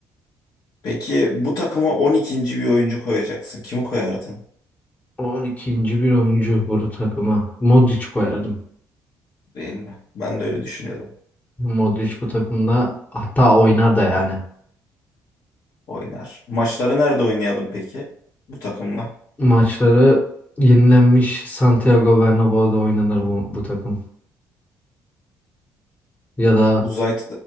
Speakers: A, on the left; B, on the left.
A: Peki bu takıma on ikinci bir oyuncu koyacaksın. Kimi koyardın?
B: On ikinci bir oyuncu bu takıma. Modric koyardım.
A: Değil mi? Ben de öyle düşünüyordum.
B: Modric bu takımda hatta oynar da yani.
A: Oynar. Maçları nerede oynayalım peki? Bu takımla.
B: Maçları yenilenmiş Santiago Bernabéu'da oynanır bu, bu takım. Ya da
A: Uzay